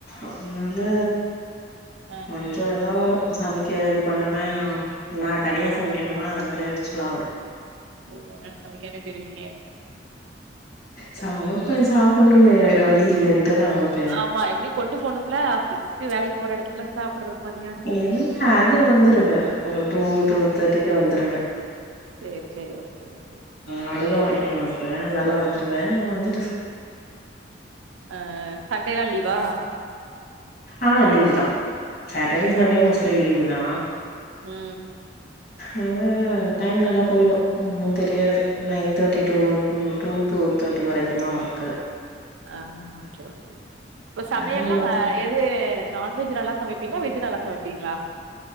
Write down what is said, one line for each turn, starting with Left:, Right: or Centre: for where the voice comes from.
Left: அதனால
Right: ஆ
Left: கொஞ்சோ இதா வரு சமைக்க இது பண்ணலா நா தனியா சமைக்கணுமா அதனால எரிச்சலா வரு
Right: ஒரு வேல சமைக்காமையே பெயிருவீங்க
Left: சமைப்ப சாப்டணுமே வேற வழி இல்லன்டு சமப்ப
Right: ஆமா எப்டியு கொண்டு போனும்ல்ல ஆபீஸ்கு வேலை போற எடத்துல சாப்டறதுக்கு மதியானோ
Left: இல்ல அது வந்துருவ ஒரு டூ டூ தாட்டிக்கு வந்துருவ
Right: சேரி சேரி ஓகே ஓகே
Left: அவ்ளோதா ஒர்க்கிங் ஹவர்ஸ்சு அதனால வந்துருவ வந்து
Right: அ சண்டேலா லீவா
Left: ஆ லீவு தா சாட்டடே சண்டே மோஸ்ட்லி லீவு தா
Right: ம்
Left: அதனால டைம் நல்லா போயிடு ஒண்ணு ரியாது நைன் தேட்டி டூ டூ டூ தேட்டி வரைக்கு தா ஒர்க்
Right: ஆம் ஓகே ஓகே ஓகே இப்ப சமையல்லா
Left: அதனால மத்த
Right: எது நான்வெஜ் நல்லா சமப்பீங்ளா வெஜ் நல்லா சமப்பீங்ளா